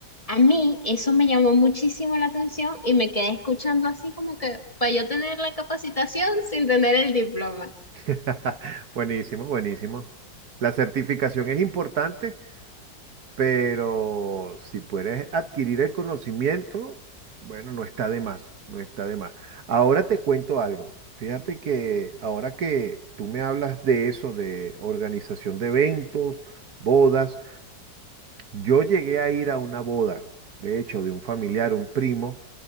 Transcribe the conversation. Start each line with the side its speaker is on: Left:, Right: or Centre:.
Left: A mí eso me llamó muchísimo la atención y me quedé escuchando así como que para yo tener la capacitación sin tener el diploma.
Right: <laughs> Buenísimo, buenísimo. La certificación es importante pero si puedes adquirir el conocimiento, bueno, no está de más, no está de más. Ahora te cuento algo. Fíjate que ahora que tú me hablas de eso, de organización de eventos, bodas, yo llegué a ir a una boda, de hecho, de un familiar, un primo,